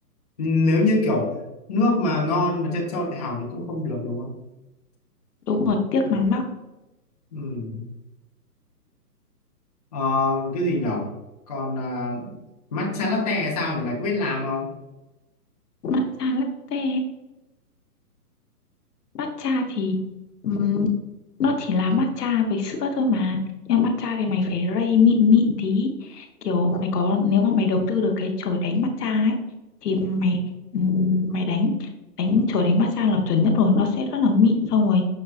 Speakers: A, on the left (about 25°); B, on the left (about 75°).
A: Ừm, Nếu như kiểu nước mà ngon mà chân trâu lại hỏng thì cũng không được đúng không?
B: đúng rồi tiếc lắm đó
A: Ừm. Ờ, cái gì nhỏ? Còn à, matcha latte hay sao nhỉ? Mày có biết làm không?
B: mắt chan lắm tè matcha thì ừm, nó chỉ là matcha với sữa thôi mà nhưng mà matcha thì mày phải rây mịn mịn tí kiểu mày có nếu mà mày đầu tư được cái chổi đánh matcha ấy thì mày ừm, mày đánh đánh chổi đánh matcha là chuẩn nhất rồi nó sẽ rất là mịn xong rồi